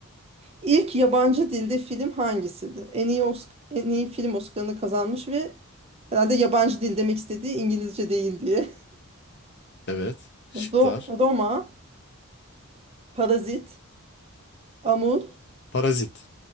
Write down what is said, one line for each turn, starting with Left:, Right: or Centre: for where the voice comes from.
Right: ilk yabancı dilde film hangisidir? En iyi Osc- en iyi film Oscar'ını kazanmış ve herhalde yabancı dil demek istediği İngilizce değil diye.
Left: Evet. Şıklar.
Right: <laughs> Ro- Roma, Parazit, Amur,
Left: Parazit.